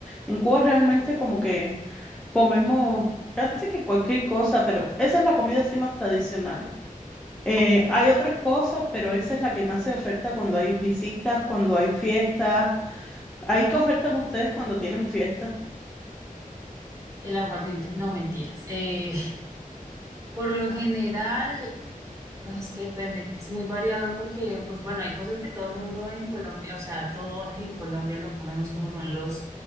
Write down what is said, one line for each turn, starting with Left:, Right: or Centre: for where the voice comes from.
Centre: En Cuba realmente como que comemos casi que cualquier cosa, pero esa es la comida así más tradicional. Eh,
Right: Ok.
Centre: hay otras cosas, pero esa es la que más se oferta cuando hay visitas, cuando hay fiestas. Ahí que ofertan ustedes cuando tienen fiestas.
Right: El aguardiente, no mentiras. Eh, por lo general, Ay, es que depende, es muy variado porque, pues bueno, hay cosas que todo el mundo en Colombia, o sea, todos en Colombia lo comemos como son los,